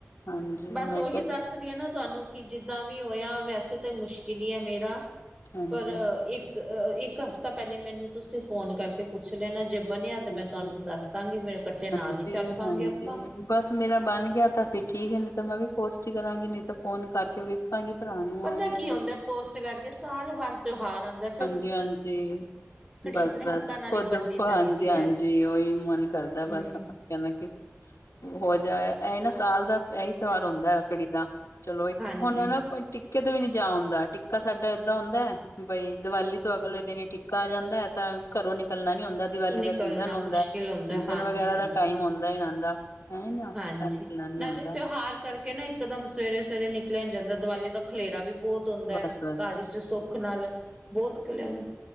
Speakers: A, on the left; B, on the right.
A: ਹਾਂਜੀ
B: ਬਸ
A: ਮੈਂ
B: ਉਹੀ
A: ਕਿਹਾ
B: ਦੱਸ। ਦੱਸਦੀ ਆ ਨਾ ਤੁਹਾਨੂੰ ਕਿ ਜਿੱਦਾਂ ਵੀ ਹੋਇਆ ਵੈਸੇ ਤਾਂ ਮੁਸ਼ਕਿਲ ਹੀ ਹੈ ਮੇਰਾ।
A: ਹਾਂਜੀ
B: ਪਰ ਇੱਕ ਇੱਕ ਹਫ਼ਤਾ ਪਹਿਲੇ ਮੈਨੂੰ ਤੁਸੀਂ ਫੋਨ ਕਰ। ਕੇ ਪੁੱਛ ਲੇਣਾ, ਜੇ ਬਣਿਆ ਤੇ,
A: ਹਾਂਜੀ
B: ਮੈਂ ਤੁਹਾਨੂੰ ਦੱਸ ਦਾਂਗੀ ਫੇ ਇਕੱਠੇ ਨਾਲ
A: ਹਾਂਜੀ
B: ਹੀ ਚੱਲ ਪਾਂਗੇ
A: ਹਾਂਜੀ।
B: ਆਪਾਂ।
A: ਬਸ ਮੇਰਾ ਬਣ ਗਿਆ ਤਾਂ ਫਿਰ ਠੀਕ ਹੈ ਨਹੀਂ ਤਾਂ ਮੈਂ ਵੀ ਪੋਸਟ ਹੀ ਕਰਾਂਗੀ ਨਹੀਂ ਤਾਂ ਫੋਨ ਕਰਕੇ ਵੇਖ। ਪਾਂਗੀ ਭਰਾ ਨੂੰ।
B: ਪਤਾ
A: ਆ ਗਿਆ
B: ਕੀ
A: ਤਾਂ
B: ਹੁੰਦਾ ਪੋਸਟ ਕਰਕੇ ਸਾਲ ਬਾਦ ਤਿਉਹਾਰ ਆਉਂਦਾ।
A: ਹਾਂਜੀ, ਹਾਂਜੀ, ਬਸ,
B: ਆਪਣੇ
A: ਬਸ
B: ਹੱਥਾਂ ਨਾਲ
A: ਖੁਦ
B: ਹੀ ਬਣਨੀ ਚਾਹੀਦੀ
A: ਹਾਂਜੀ ਹਾਂਜੀ
B: ਐ।
A: ਓਹੀ ਮਨ। ਕਰਦਾ ਬਸ
B: ਹੂੰ,
A: ਹ। ਕਹਿੰਦਾ ਕਿ ਹੋ ਜਾਏ ਇਹ ਨਾ ਸਾਲ ਦਾ ਇਹੀ ਤਿਉਹਾਰ ਹੁੰਦਾ ਰੱਖੜੀ ਦਾ। ਚਲੋ,
B: ਹਾਂਜੀ-ਹਾਂਜੀ।
A: ਹੁਣ ਮੇਨ, ਨਾ ਟਿੱਕੇ ਤੇ, ਵੀ ਨੀ, ਜਾ ਓਂਦਾ ਟਿੱਕਾ ਸਾਡਾ ਏਦਾਂ ਹੁੰਦਾ, ਬਈ ਦੀਵਾਲੀ ਤੋਂ ਅਗਲੇ ਦਿਨ ਹੀ ਟਿੱਕਾ ਆ ਜਾਂਦਾ ਹੈ, ਤਾਂ, ਘਰੋਂ ਨਿਕਲਣਾ ਨੀ ਹੁੰਦਾ। ਦੀਵਾਲੀ
B: ਨਿਕਲਣਾ
A: ਦਾ ਸੀਜ਼ਨ ਹੁੰਦਾ
B: ਮੁਸ਼ਕਿਲ
A: ਹੈ,
B: ਹੁੰਦਾ
A: ਸੀਜਨ
B: ਹਾਂਜੀ-ਹਾਂਜੀ।
A: ਵਗੈਰਾ ਦਾ ਟਾਈਮ
B: ਹਾਂਜੀ,
A: ਆਉਂਦਾ ਈ ਰਹਿੰਦਾ। ਤਾਂ, ਈ, ਨਾ,
B: ਹਾਂਜੀ,
A: ਤਾਂ ਨਿਕਲਣਾ ਨੀ
B: ਨਾਲੇ
A: ਹੋਂਦਾ
B: ਤਿਉਹਾਰ ਕਰਕੇ ਨਾ, ਇੱਕਦਮ ਸਵੇਰੇ-ਸਵੇਰੇ ਨਿਕਲਿਆ ਨੀ ਜਾਂਦਾ ਦੀਵਾਲੀ ਦਾ ਖਲੇਰਾ ਵੀ ਬਹੁਤ ਧੋਂਦਾ
A: ਬਸ
B: ਹੈ,
A: ਬਸ
B: ਘਾਰੀ'ਚ
A: ਬਸ
B: ਸੁੱਖ ਨਾਲ, ਬਹੁਤ ਖਲ ਨੂੰ